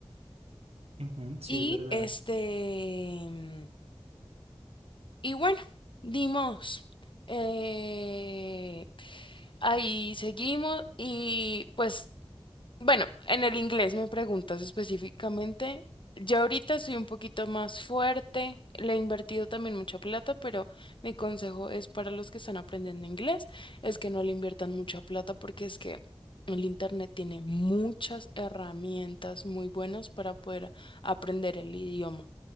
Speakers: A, on the right (about 85°); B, on the left (about 55°).
A: Ujú, sí,
B: Y
A: es verdad.
B: este, mm, y bueno, dimos. Eh, ahí seguimos y pues Bueno, en el inglés me preguntas específicamente. Ya ahorita soy un poquito más fuerte, le he invertido también mucha plata, pero mi consejo es para los que están aprendiendo inglés, es que no le inviertan mucha plata porque es que el internet tiene muchas herramientas muy buenas para poder aprender el idioma.